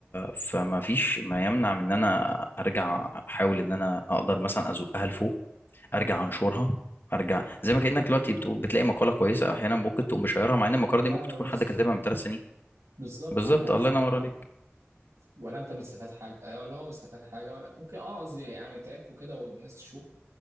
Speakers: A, on the left; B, on the right.
A: فما فيش ما يمنع من ان انا ارجع احاول ان انا اقدر مثلا ازقها لفوق ارجع انشرها ارجع زي ما كانك دلوقتي بتقول بتلاقي مقاله كويسه احيانا ممكن تقوم مشيرها مع ان المقاله دي
B: لا
A: ممكن تكون
B: روست
A: حد كاتبها من ثلاث سنين
B: بالظبط
A: بالظبط
B: عندك
A: الله
B: حق
A: ينور عليك
B: ولا أنت مستفاد حاجة آه، ولا هو مستفاد حاجة ولا ممكن أه قصدي يعني تعرفوا كده والناس تشوف